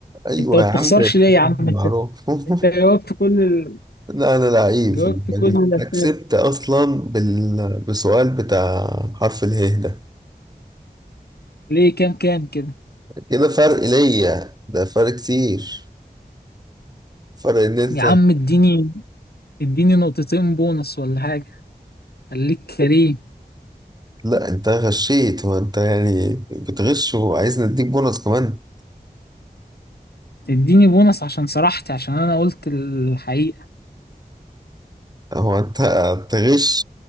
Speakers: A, on the right; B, on the left.
A: ايوه
B: انت ما
A: يا
B: بتخسرش
A: عم ده
B: ليه يا عم
A: معروف
B: انت
A: <laughs>
B: انت جاوبت كل ال...
A: لا انا لعيب
B: جاوبت
A: في الفريق
B: كل الاسئله
A: كسبت اصلا بال... بسؤال بتاع حرف اله ده
B: ليه كام كام كده
A: كده فرق ليا ده فرق كتير فرق ان انت
B: يا عم اديني اديني نقطتين بونص ولا حاجه خليك كريم
A: لا انت غشيت هو انت يعني بتغش وعايز نديك بونص كمان
B: اديني بونص عشان سرحت عشان انا قلت الحقيقه
A: هو انت تغش